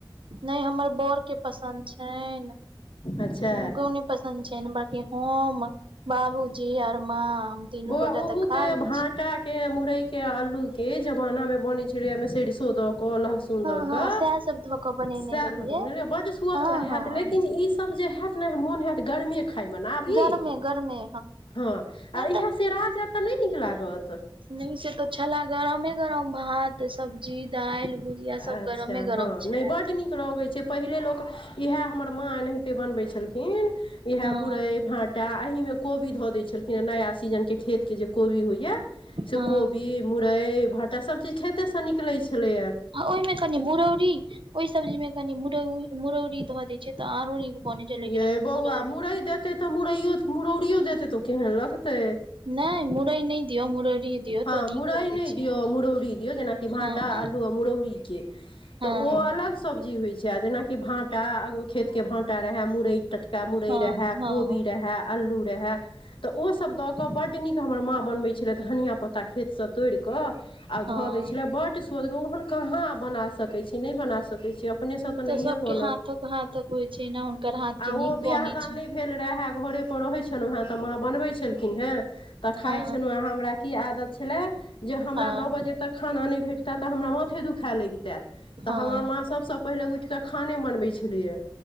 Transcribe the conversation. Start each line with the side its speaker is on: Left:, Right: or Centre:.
Right: नै हमर बर के पसन्द छैन,
Left: अच्छा
Right: हुनको नै पसन्द छैन बाकी हम बाबूजी आर माँ तीनू
Left: बौआ
Right: गोटा
Left: ओहू
Right: तऽ खा
Left: के
Right: लै
Left: भाँटा
Right: छी
Left: के मुरई के आलू के, जमाना में बनै छलै ओहिमे सरसो द के लहस
Right: हँ
Left: ल
Right: हँ
Left: के,
Right: सएह सब धऽ कऽ बनेने
Left: सैह
Right: रहियै
Left: द के भेल जे बड सुअदगर
Right: हँ
Left: हैत
Right: हँ
Left: लेकिन ई सब जे हैत इतना मोन हयत गर्मे खायमे ने आब
Right: गरमे
Left: ई,
Right: गरमे
Left: हँ आ
Right: नहि
Left: इएह
Right: तऽ
Left: सेरा जयत त नै नीक लागत
Right: नै से त छले गरमे गरम भात, सब्जी, दालि, भुजिया
Left: अच्छा
Right: सब गरमे गरम
Left: हँ,
Right: छले
Left: नै बड नीक लगै छै पहिले लोक यैह हमर माँ एनाहिते बनबै छलखिन यैह
Right: हँ
Left: मुरई भाटा टा, एहिमे कोबी ध दै छलखिन हे नया सीजन के खेत के जे कोबी होइये से
Right: हँ
Left: कोबी, मुरई, भ त सभ चीज खेतेसे निकलै छलैये
Right: ओहिमे कनि मुरौरी ओहि सब्जी मे कनि मुरौ मुरौरी ध देय छै ते आरो नीक बनै छै लेकिन
Left: यै
Right: एखन
Left: बौआ
Right: मुरौरी
Left: मुरै देतै त मुरैयो मुरौड़ियो देतै त ओ केहन लगतै?
Right: नहि मुरै नहि दियौ, मुरौरी दियौ
Left: हँ
Right: तऽ नीक
Left: मुरइ
Right: लगै
Left: नहि
Right: छै
Left: दियौ आ मुरौरी दियौ जेनाकि भाँटा
Right: हँ हँ
Left: आलू आ मुरौरीके
Right: हँ
Left: त ओ अलग सब्जी होइ छै आ जेनाकि भाटा खेतके भाँटा रहय, मुरै टटका मुरै
Right: हँ
Left: रहए,
Right: हँ
Left: कोबी
Right: हँ
Left: रहए, अल्लू रहय त ओ सभ द क बड नीक हमर माँ बनबै छले धनिया पत्ता खेत से तोड़िक आ
Right: हँ
Left: ध दै छल बड सुअदगर ओहेन कहाँ बना सक सकै छी नहि बना सकै छी, अपनेसँ त
Right: तऽ
Left: नहिए
Right: सबके
Left: बनत
Right: हाथक हाथक होइ छै ने हुनकर हाथ
Left: आ
Right: के
Left: ओ
Right: नीक
Left: बियाह
Right: बनै
Left: दान
Right: छै
Left: नहि भेल रहे घरे पर रहै छलहु हेँ त माँ बनबै छलखिन हेँ त खाय
Right: हँ
Left: छलहुँ हमरा की आदत छले जे हमरा
Right: हँ
Left: नओ बजे तक खाना नहि भेटतै त हमरा माथे दुखाए लगितै। त
Right: हँ
Left: हमर माँ सभसँ पहिले उठि क खाने बनबैत छलैये